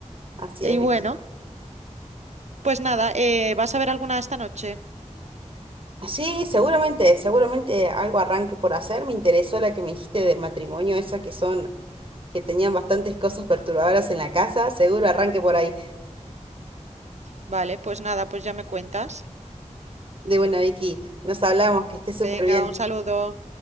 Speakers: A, on the right; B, on the right.
A: Así
B: Y
A: es,
B: bueno,
A: Vicky.
B: pues nada, eh, ¿vas a ver alguna esta noche?
A: Sí, seguramente, seguramente algo arranque por hacer. Me interesó la que me dijiste del matrimonio, esa que son que tenían bastantes cosas perturbadoras en la casa, seguro arranque por ahí.
B: Vale, pues nada, pues ya me cuentas.
A: De buena, Vicky, nos hablamos, que estés súper
B: Venga,
A: bien.
B: un saludo.